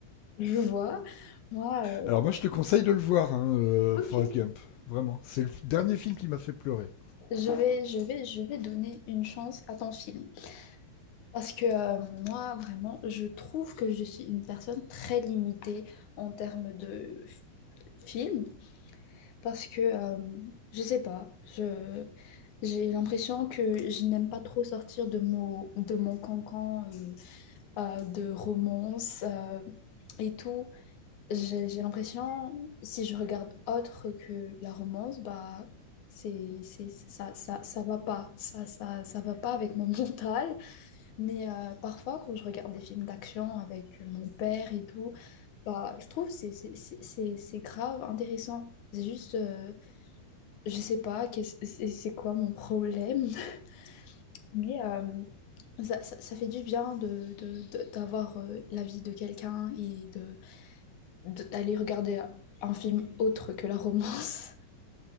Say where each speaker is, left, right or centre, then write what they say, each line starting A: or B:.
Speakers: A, on the left (about 65°); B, on the left (about 80°).
A: Je vois. Moi, euh,
B: Alors moi, je te conseille de le voir, hein, euh,
A: ok.
B: Forrest Gump. Vraiment, c'est le f- dernier film qui m'a fait pleurer.
A: Je vais, je vais, je vais donner une chance à ton film. Parce que euh, moi, vraiment, je trouve que je suis une personne très limitée en termes de f- film. parce que euh, je sais pas, je j'ai l'impression que je n'aime pas trop sortir de mon de mon cancan euh, euh, de romance euh, et tout. J'ai j'ai l'impression si je regarde autre que la romance, bah c'est c'est ça ça ça va pas, ça ça ça va pas avec mon <laughs> mental. Mais euh, parfois quand je regarde des films d'action avec mon père et tout, bah je trouve c'est c'est c'est c'est- c'est grave intéressant. C'est juste euh, je sais pas quest c'est c'est quoi mon problème, <laughs> mais euh, ça, ça- ça fait du bien de, de- de- d'avoir euh, l'avis de quelqu'un et de, de- d'aller regarder un film autre que la romance.